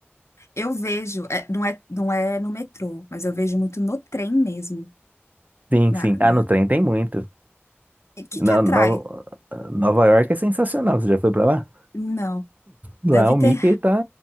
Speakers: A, on the left; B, on the right.
A: Eu vejo, é, não é, não é no metrô, mas eu vejo muito no trem mesmo.
B: Sim,
A: Na,
B: sim.
A: na...
B: Ah, no trem tem muito.
A: E o que
B: Na,
A: que atrai?
B: Nova, Nova York é sensacional. Você já foi pra lá?
A: Não,
B: Lá
A: deve
B: o
A: ter.
B: Mickey tá,